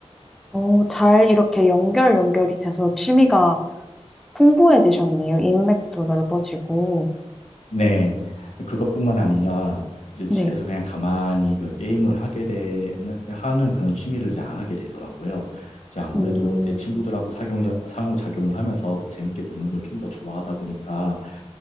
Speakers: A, in the centre; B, on the left.
A: 어, 잘 이렇게 연결 연결이 돼서 취미가 풍부해지셨네요. 인맥도 넓어지고.
B: 네, 그것뿐만 아니라 이제 집에서
A: 네.
B: 그냥 가만히 그 게임을 하게 되는 하는 그런 취미를 이제 안 하게 되더라고요. 이제 아무래도
A: 음,
B: 이제 친구들하고 사경, 상호작용을 하면서 뭐 재밌게 노는 걸 좀 더 좋아하다 보니까